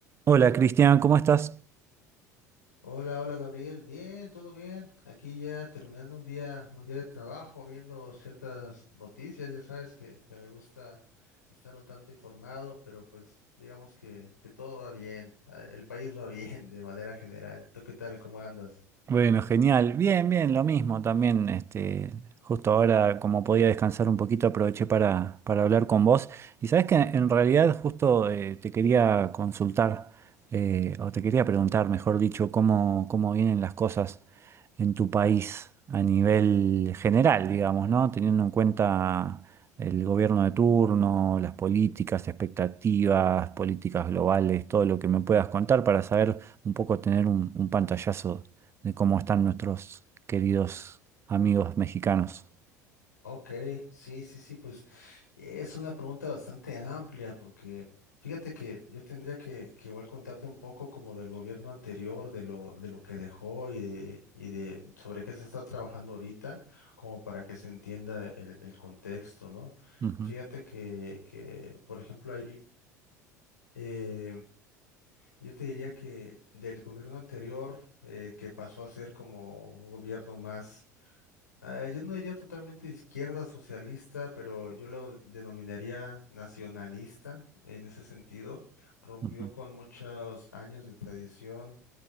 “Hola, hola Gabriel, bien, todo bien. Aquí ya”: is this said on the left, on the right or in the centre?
Left